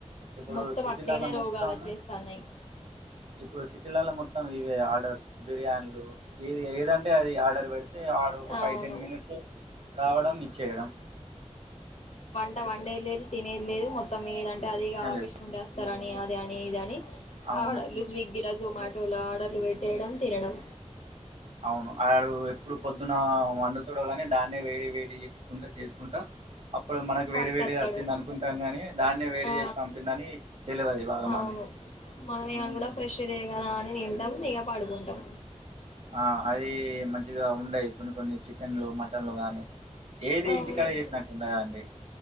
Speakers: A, on the right (about 60°); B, on the left (about 65°).
A: ఇప్పుడు
B: మొత్తం
A: సిటీలల్ల
B: అట్టేనే రోగాలు
A: మొత్తం
B: వచ్చేస్తాన్నాయి
A: ఇప్పుడు సిటీలల్ల మొత్తం ఇవే ఆర్డర్ బిర్యానీలు ఇది ఏదంటే అది ఆర్డర్ పెడుతు తే ఆడు ఒక ఫైవ్
B: అవును
A: టెన్ మినిట్స్ రావడం ఇచ్చేయడం
B: అంటే వండేది లేదు తినేది లేదు మొత్తం ఏదంటే అది ఇగ
A: ఏం
B: ఆఫీస్
A: లేదు
B: నుండే వస్తరు అని అది అని ఇది అని
A: అవును
B: ఆర్డర్లు స్విగ్గిల జొమాటోల ఆర్డర్లు పెట్టేయడం తినడం
A: అవును ఆడు ఎప్పుడు పొద్దున వండుతడో గాని దాన్నే వేడి వేడి చేసుకుంటా చేసుకుంటా అప్పుడు మనకు
B: పట్టుకత్తడు
A: వేడి వేడిది వచ్చింది అనుకుంటాం గాని దాన్ని వేడి
B: ఆ
A: చేసి పంపిండని తెలవది బాగా
B: అవును
A: మందికి
B: మనం ఏమనుకుంటాం ఫ్రెష్దే కదా అని తింటాం ఇగ పడుకుంటాం
A: ఆ అది మంచిగా ఉండయి కొన్ని కొన్ని చికెన్లు మటన్లు కానీ ఏది
B: అవును
A: ఇంటికాడ చేసినట్టు ఉండదండి